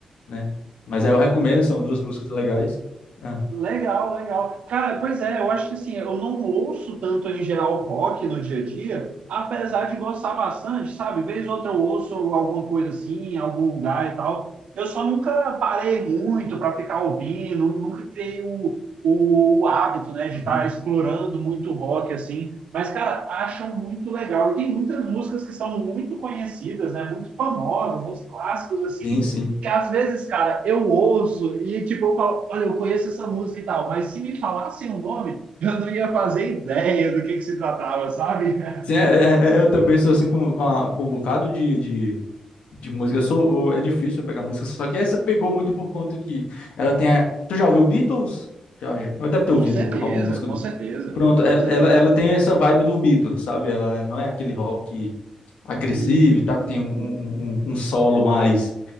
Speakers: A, on the left; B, on the right.
A: né? Mas aí eu recomendo, são duas músicas legais. Ah,
B: Legal, legal. Cara, pois é, eu acho que assim, eu não ouço tanto em geral rock no dia a dia, apesar de gostar bastante, sabe? Vez ou outra eu ouço alguma coisa assim, em algum lugar e tal. Eu só nunca parei muito para ficar ouvindo, nunca criei o, o hábito, né, de
A: uhum.
B: estar explorando muito rock, assim, mas, cara, acham muito legal. E tem muitas músicas que são muito conhecidas, né, muito famosas, uns clássicos, assim,
A: Sim, sim.
B: que às vezes, cara, eu ouço e, tipo, eu falo, olha, eu conheço essa música e tal, mas se me falassem o nome, eu não ia fazer ideia do que que se tratava, sabe? <laughs>
A: Sim, é- é- é, eu também sou assim com, com, a- com um bocado de, de de música. Eu sou, eu- é difícil eu pegar música, só que essa pegou muito por conta que ela tem a... Tu já ouviu Beatles? Já, já. Eu deve ter ouvido
B: Com certeza,
A: alguma música
B: com
A: do...
B: certeza,
A: Pronto, ela,
B: com certeza.
A: ela, ela tem essa vibe do Beatles, sabe? Ela não é aquele rock agressivo
B: Hum,
A: e tal, que tem um, um, um um solo mais,